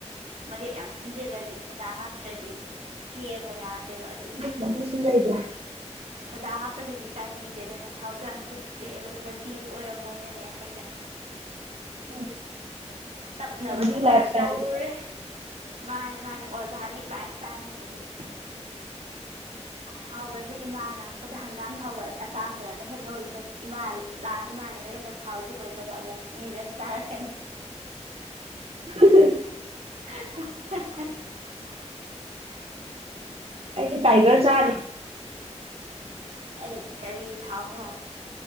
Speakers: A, on the right; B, on the right.
A: ꯃꯔꯦꯛ ꯌꯥꯝ ꯊꯨꯝꯖꯤꯜꯂꯗꯤ ꯁꯣꯗꯥ ꯍꯥꯞꯇ꯭ꯔꯗꯤ ꯀꯦꯃꯨ ꯌꯥꯗꯦꯕ ꯑꯗꯨꯒꯤ
B: ꯑꯗꯨꯝꯕ ꯑꯃꯁꯨ ꯂꯩꯕ꯭ꯔꯥ
A: ꯁꯣꯗꯥ ꯍꯥꯞꯄꯗꯨꯗꯤ ꯆꯥꯅꯤꯡꯗꯦꯗꯅ ꯊꯥꯎꯁꯨ ꯌꯥꯝ ꯆꯨꯞꯄꯦ ꯑꯗꯨ ꯍꯦꯜꯗꯤꯁꯨ ꯑꯣꯏꯔꯝꯃꯣꯏꯅꯅꯦ ꯑꯩꯅ
B: ꯎꯝ
A: ꯇꯞꯅꯕ
B: ꯍꯦꯜꯗꯤ
A: ꯊꯕꯛꯁꯤ
B: ꯂꯥꯏꯐ ꯏꯁꯇꯥꯏꯜ
A: ꯇꯧꯔꯨꯔꯦ ꯃꯥꯅꯦ ꯃꯥꯅꯦ ꯑꯣꯔꯒꯥꯅꯤꯛ ꯂꯥꯏꯐ ꯏꯁꯇꯥꯏꯜꯅꯦ ꯍꯧꯖꯤꯛ ꯊꯥꯎꯒꯁꯦ ꯏꯃꯥ ꯂꯥꯛꯄꯗ ꯍꯪꯒꯥꯝ ꯊꯥꯎꯒ ꯑꯇꯥꯡꯕꯒꯂ ꯍꯦꯂꯦ ꯍꯧꯔꯤꯕ ꯏꯃꯥꯜ ꯏꯃꯥꯅ ꯂꯩꯔꯝꯕ ꯊꯥꯎꯁꯦ ꯂꯣꯏꯕꯒ ꯑꯃꯨꯛ ꯅꯤꯔꯁ ꯆꯥꯔꯛꯀꯅꯤ
B: <inaudible>
A: <inaudible>
B: ꯀꯥꯏ ꯇꯥꯏꯒꯔ ꯆꯔꯦ
A: ꯑꯩ ꯀꯔꯤ ꯊꯥꯎꯅꯣ